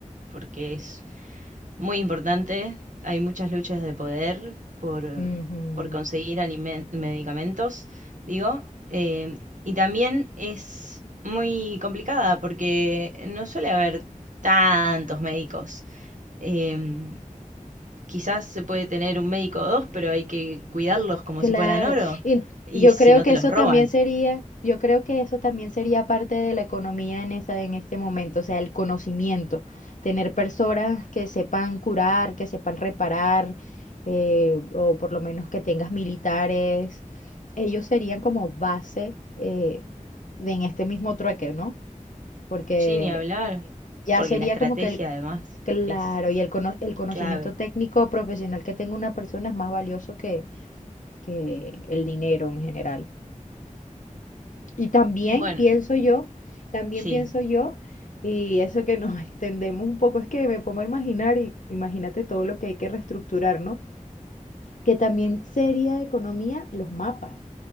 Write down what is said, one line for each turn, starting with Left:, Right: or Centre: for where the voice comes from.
Right: porque es muy importante. Hay muchas luchas de poder por,
Left: Ujú.
Right: por conseguir alimen- medicamentos, digo. eh, y también es muy complicada porque no suele haber tantos médicos. Em, quizás se puede tener un médico o dos, pero hay que cuidarlos como
Left: Claro,
Right: si fueran oro.
Left: y
Right: Y
Left: yo
Right: si
Left: creo
Right: no
Left: que
Right: te
Left: eso
Right: los roban.
Left: también sería, yo creo que eso también sería parte de la economía en esa, en este momento, o sea, el conocimiento, tener personas que sepan curar, que sepan reparar, eh, o por lo menos que tengas militares, ellos serían como base eh, de en este mismo trueque, ¿no? Porque
Right: Sí, ni hablar,
Left: ya
Right: porque
Left: sería
Right: la estrategia
Left: como que el,
Right: además
Left: claro,
Right: es
Left: y el, cono- el conocimiento
Right: clave.
Left: técnico profesional que tenga una persona es más valioso que que el dinero en general. Y también
Right: Bueno,
Left: pienso yo, también
Right: sí,
Left: pienso yo, y eso que nos <laughs> extendemos un poco es que me pongo a imaginar, y imagínate todo lo que hay que reestructurar, ¿no? Que también sería de economía los mapas,